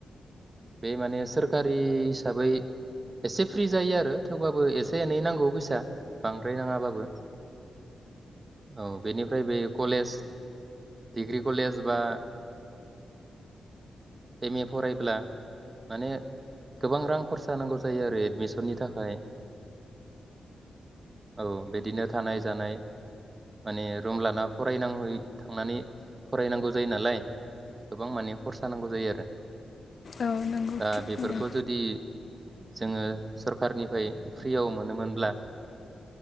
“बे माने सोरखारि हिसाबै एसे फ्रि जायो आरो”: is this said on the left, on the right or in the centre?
Right